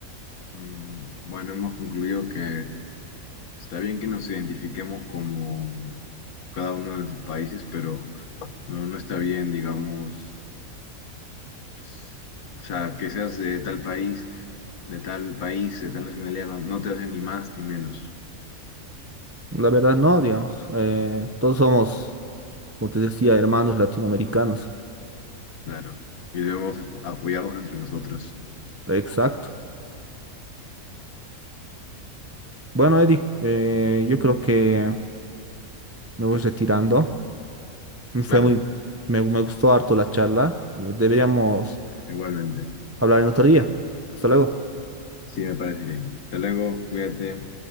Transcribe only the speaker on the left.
Mm, Bueno, hemos concluido que está bien que nos identifiquemos como cada uno de nuestros países, pero no, no está bien, digamos, s- o sea, que seas de tal país, de tal país, de tal nacionalidad, no, no te hace ni más ni menos,
claro. Y debemos apo- apoyarnos entre nosotros.
Claro,
igualmente.
Sí, me parece bien. Hasta luego, cuídate.